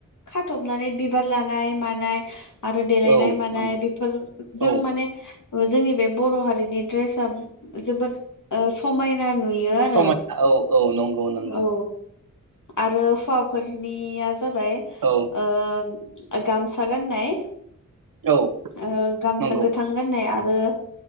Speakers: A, on the left; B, on the right.
A: खाथबनानै बिबार लानाय मानाय आरो देलायनाय
B: औ
A: मानाय
B: नंगौ
A: बेफोरजों
B: औ
A: माने जोंनि बे बर' हारिनि ड्रेसा जोबोद ओ समायना नुयो आरो
B: समायना औ औ नंगौ नंगौ
A: औ आरो हुवाफोरनिया जाबाय
B: औ
A: ओ गामसा गान्नाय
B: औ
A: ओ गामसा
B: नंगौ
A: गोथां गाननाय आरो